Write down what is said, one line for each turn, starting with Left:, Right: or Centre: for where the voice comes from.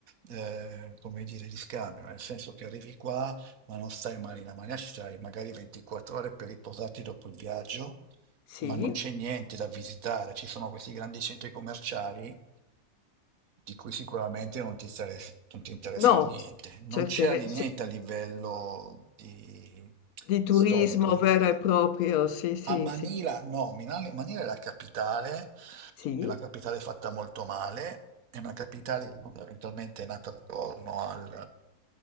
Right: eh, come dire, di scambio, nel senso che arrivi qua, ma non stai mai in Mania, ci stai magari 24 ore per riposarti dopo il viaggio,
Left: Sì,
Right: ma non c'è niente da visitare, ci sono questi grandi centri commerciali di cui sicuramente non ti, interes- non ti interesserà
Left: no,
Right: niente. Non
Left: cercherei,
Right: c'è niente a livello di-
Left: Di turismo
Right: storico.
Left: vero e proprio, sì, sì,
Right: A Manila,
Left: sì,
Right: no, Minale- Manila è la capitale,
Left: sì,
Right: è una capitale fatta molto male, è una capitale che fondamentalmente è nata attorno al,